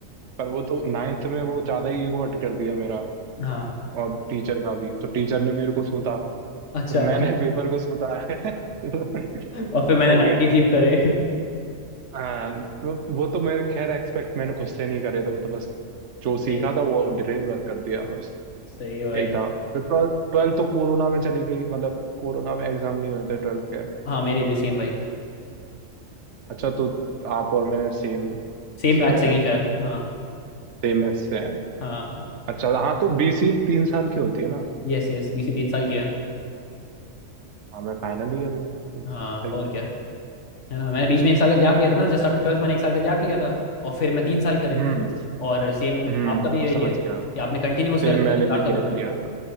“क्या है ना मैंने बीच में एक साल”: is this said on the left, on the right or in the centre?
Left